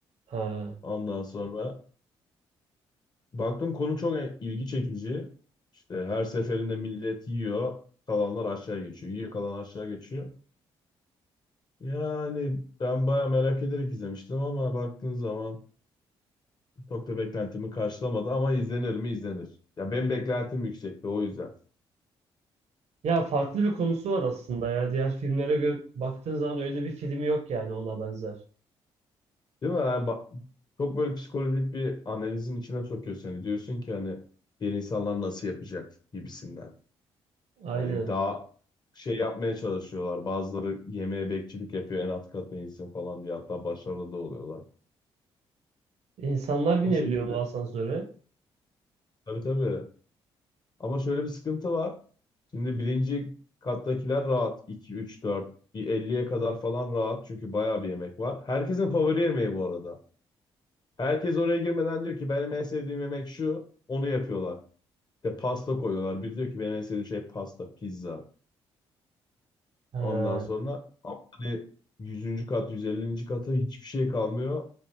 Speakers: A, on the right (about 60°); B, on the left (about 35°).
A: Ha.
B: Ondan sonra baktım konu çok ilgi çekici. İşte her seferinde millet yiyor. Kalanlar aşağı geçiyor. Yiyor kalan aşağı geçiyor. Yani ben baya merak ederek izlemiştim ama baktığın zaman Çok da beklentimi karşılamadı ama izlenir mi izlenir. Ya benim beklentim yüksekti o yüzden.
A: Ya farklı bir konusu var aslında ya. Diğer filmlere gö- baktığın zaman öyle bir film yok yani ona benzer.
B: Değil mi? Yani ba- çok böyle psikolojik bir analizin içine sokuyor seni. Diyorsun ki hani diğer insanlar nasıl yapacak gibisinden.
A: Aynen.
B: Hani daha şey yapmaya çalışıyorlar. Bazıları yemeğe bekçilik yapıyor en alt katta insin falan diye hatta başarılı da oluyorlar.
A: İnsanlar
B: O
A: binebiliyor
B: şekilde.
A: mu asansöre?
B: Tabii tabii. Ama şöyle bir sıkıntı var. Şimdi birinci kattakiler rahat. iki 3 4 bir elliye kadar falan rahat çünkü bayağı bir yemek var. Herkesin favori yemeği bu arada. Herkes oraya girmeden diyor ki benim en sevdiğim yemek şu. Onu yapıyorlar. İşte pasta koyuyorlar. Biri diyor ki benim en sevdiğim şey pasta, pizza.
A: Ha.
B: Ondan sonra ama hani yüzüncü kat, 150. kata hiçbir şey kalmıyor.